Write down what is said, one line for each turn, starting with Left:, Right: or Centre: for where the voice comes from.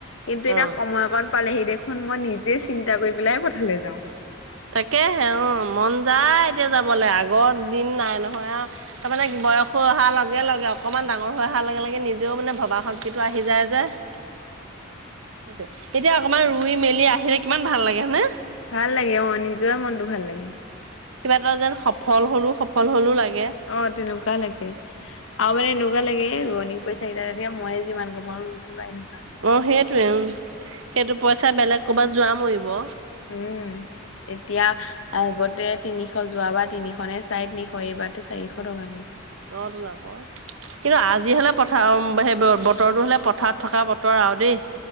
Left: কিন্তু এতিয়া
Right: অ' অ'।
Left: সময়কণ পালেহি দেখোন মই নিজে চিন্তা কৰি পেলাই পথাল যাওঁ।
Right: তাকেহে অ, মন যায়। এতিয়া যাবলৈ আগৰ দিন নাই নহয়, আহ, তাৰমানে বয়স হৈ অহাৰ লগে, লগে অকণমান ডাঙৰ হৈ অহাৰ লগে, লগে নিজেও মানে ভবা শক্তিটো আহি যায় যে। সেই এতিয়া অকমান ৰুই মেলি আহিলে কিমান ভাল লাগে হনে।
Left: ভাল লাগে অ, নিজৰে মনটো ভাল লাগে।
Right: কিবা এটা যেন সফল হ'লো, সফল হ'লো লাগে।
Left: অ, তেনেকুৱা লাগে আৰু মানে এনেকুৱা লাগে। কৰি থিলে তেতিয়া মইে যিমান কমা নোচোনো এ
Right: অ, সেইটয়ে উম, সেইটো পইচা বেলেগ কৰবাত যোৱা মৰিব
Left: উম, এতিয়া আগতে তিনিশ যোৱা বা তিনিশ নে, চাৰে তিনিশ এইবাৰ কিবাটো চাৰিশ টকাকে
Right: অ, লাব। কিন্তু আজি হলে পথাৰ সেই বতৰটো হলে পথাৰত থকা বতৰ আৰু দেই